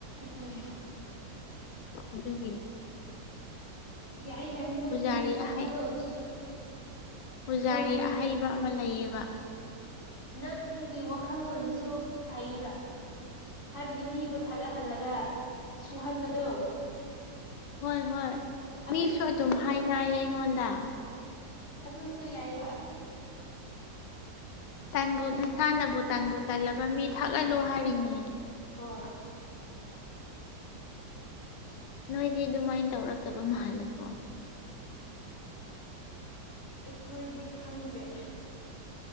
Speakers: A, on the left; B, on the left.
A: ꯎꯝ
B: ꯑꯗꯨꯒꯤ
A: ꯌꯥꯏ ꯌꯥꯏ ꯅꯪꯒꯤ
B: ꯄꯨꯖꯥꯔꯤ
A: ꯋꯥꯈꯜꯂꯣꯟꯁꯤꯁꯨ
B: ꯑꯍꯩ ꯄꯨꯖꯥꯔꯤ
A: ꯅꯪ
B: ꯑꯍꯩꯕ ꯑꯃ ꯂꯩꯌꯦꯕ
A: ꯅꯪꯒꯤ ꯋꯥꯈꯜꯂꯣꯟꯁꯤꯁꯨ ꯐꯩꯌꯦꯕ ꯍꯥꯏꯕꯗꯤ ꯃꯤꯕꯨ ꯊꯥꯒꯠꯍꯜꯂꯒ ꯁꯨꯍꯟꯕꯗꯣ
B: ꯍꯣꯏ ꯍꯣꯏ
A: ꯑꯗꯨ
B: ꯃꯤꯁꯨ ꯑꯗꯨꯝ ꯍꯥꯏꯌꯦ ꯑꯩꯉꯣꯟꯗ
A: ꯑꯗꯨꯁꯨ ꯌꯥꯏꯕ
B: ꯇꯟꯕꯨ ꯅꯁꯥꯅꯕꯨ ꯇꯟꯕꯨ ꯇꯟꯂꯕ ꯃꯤ ꯊꯥꯒꯠꯂꯨ ꯍꯥꯏꯔꯤꯅꯦ
A: ꯍꯣꯏ
B: ꯅꯣꯏꯗꯤ ꯑꯗꯨꯃꯥꯏꯅ ꯇꯧꯔꯛꯇꯕ ꯃꯥꯜꯂꯦꯀꯣ
A: ꯑꯩꯈꯣꯏꯗꯤ ꯈꯪꯗꯦ